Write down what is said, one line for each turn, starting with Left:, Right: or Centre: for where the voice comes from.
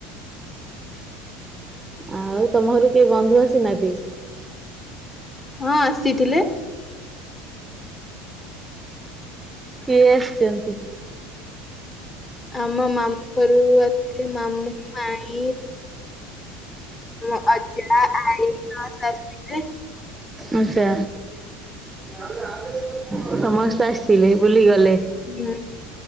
Right: ଆଉ ତମ ଘରକୁ କେହି ବନ୍ଧୁ ଆସିନାହାନ୍ତି।
Left: ହଁ ଆସିଥିଲେ
Right: କିଏ ଆସିଛନ୍ତି?
Left: ଆମ ମାମୁଁ ଘରୁ ଆସିଥିଲେ ମାମୁଁ ମାଇଁ ମୋ ଅଜା ଆଈ ସମସ୍ତେ ଆସିଥିଲେ।
Right: ଆଚ୍ଛା। ସମସ୍ତେ ଆସିଥିଲେ। ହେଇ ଗଲେ।
Left: ହୁଁ